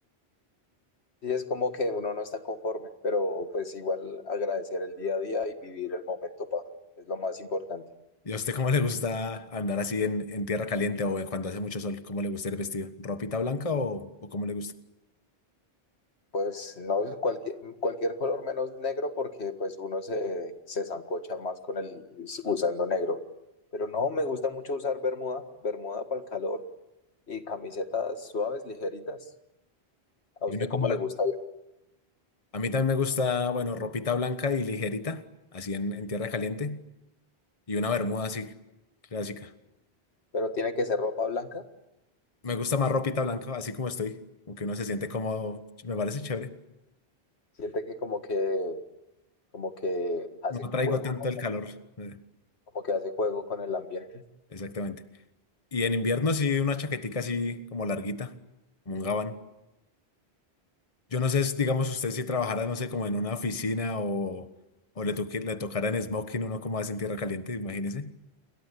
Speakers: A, on the left; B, on the left.
A: y es como que uno no está conforme, pero pues igual agradecer el día a día y vivir el momento, pa, es lo más importante.
B: ¿Y a usted cómo le gusta andar así en, en tierra caliente o cuando hace mucho sol? ¿Cómo le gusta ir vestido? ¿Ropita blanca o, o cómo le gusta?
A: Pues no es cualquier, mm, cualquier color menos negro porque pues uno se, se sancocha más con el usando negro. Pero no, me gusta mucho usar bermuda, bermuda para el calor y camisetas suaves, ligeritas. ¿A
B: Y
A: usted
B: uno como-
A: cómo le gusta?
B: a mí también me gusta, bueno, ropita blanca y ligerita, así en, en tierra caliente, y una bermuda así clásica.
A: Pero tiene que ser ropa blanca.
B: Me gusta más ropita blanca, así como estoy, porque uno se siente cómodo, me parece chévere.
A: Siente que como que como que hace
B: No
A: juego
B: traigo tanto
A: con-
B: el calor, eh,
A: como que hace juego con el ambiente.
B: exactamente. Y en invierno sí una chaquetica así como larguita, como un gabán. Yo no sé, si, digamos, usted si trabajara, no sé, como en una oficina o, o le, toque- le tocara en smoking, uno como hace en tierra caliente, imagínese.